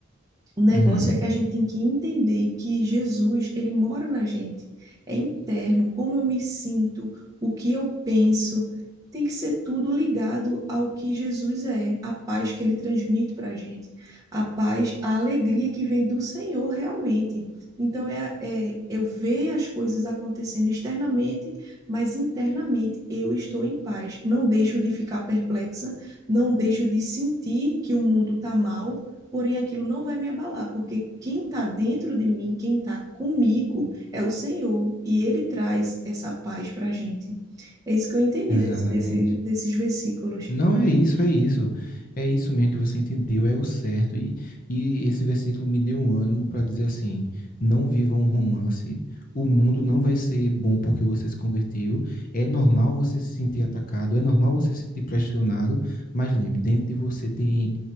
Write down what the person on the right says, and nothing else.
O negócio
é que a gente tem que entender que Jesus, ele mora na gente. É interno, como eu me sinto, o que eu penso, tem que ser tudo ligado ao que Jesus é, a paz que ele transmite para a gente, a paz, a alegria que vem do Senhor realmente. Então, é, é eu ver as coisas acontecendo externamente, mas internamente eu estou em paz. Não deixo de ficar perplexa, não deixo de sentir que o mundo está mal, porém aquilo não vai me abalar, porque quem está dentro de mim, quem está comigo, é o Senhor, e Ele traz essa paz para a gente. É isso que eu entendi
desse, desse, desses versículos.